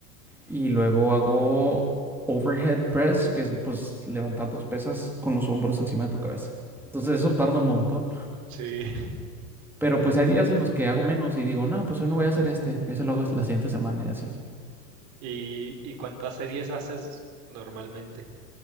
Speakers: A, in the centre; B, on the right.
A: Y luego hago overhead press, que es pues levantar dos pesas con los hombros encima de tu cabeza. Entonces eso tarda un montón.
B: Sí. <laughs>
A: Pero pues hay días en los que hago menos y digo, no, pues hoy no voy a hacer este. Ese lo hago la siguiente semana y así.
B: ¿Y, y cuántas series haces normalmente?